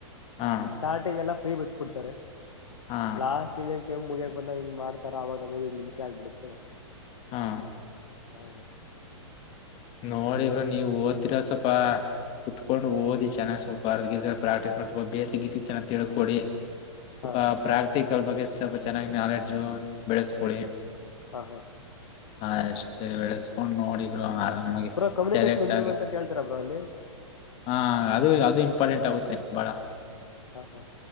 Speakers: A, on the left; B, on the left.
A: ಹಾ
B: ಸ್ಟಾರ್ಟಿಂಗ್ ಎಲ್ಲ ಫ್ರೀ ಬಿಟ್ಟ ಬಿಡ್ತಾರೆ
A: ಹಾ
B: ಲಾಸ್ಟ್ ಇನ್ನೇನ್ ಸೇಮ್ ಮುಗಿಯಕ ಬಂದ ಹಿಂಗ ಮಾಡ್ತಾರ ಆವಾಗ ನಮೇಲೆ ಈಗ ನಿಮ್ಸ ಆಗ್ಬಿಡುತ್ತೆ
A: ಹಾ
B: ಹಾ
A: ನೋಡಿ ಬ್ರೋ ನೀವು ಓದ್ತಿರ ಸ್ವಲ್ಪ ಕುತ್ಕೊಂಡು ಓದಿ ಚೆನ್ನಾಗಿ ಸ್ವಲ್ಪ ಅದು ಗೀಡು ಪ್ರಾಕ್ಟೀಸ್ ಮಾಡಿ ಸ್ವಲ್ಪ ಬೇಸಿಕ್ ಗಿಸಿಕ್ ಚೆನ್ನಾಗಿ ತಿಳ್ಕೊಳ್ಳಿ ಸ್ವಲ್ಪ
B: ಹಾ
A: ಪ್ರಾಕ್ಟಿಕಲ್ ಬಗ್ಗೆ ಸ್ವಲ್ಪ ಚೆನ್ನಾಗಿ್ ನಾಲೆಡ್ಜು ಬೆಳೆಸ್ಕೊಳ್ಳಿ
B: ಹ ಹಾ
A: ಹಾ ಎಷ್ಟೇ ಬೆಳೆಸ್ಕೊಂಡ್ ನೋಡಿ ಬ್ರೋ ಆರಾಮ ನಮಗೆ
B: ಬ್ರೋ ಕಮ್ಯುನಿಕೇಶನ್
A: ಸೆಲೆಕ್ಟ್
B: ಇಂಪ್ರೂವ್ಮೆಂಟ್
A: ಆಗಿ
B: ಕೇಳ್ತೀರಾ ಬ್ರೋ ಅಲ್ಲಿ
A: ಹ ಅದು ಅದು ಇಂಪಾರ್ಟೆಂಟ್ ಆಗುತ್ತೆ ಮತ್ತೆ ಬಾಳ
B: ಹಾ ಹಾ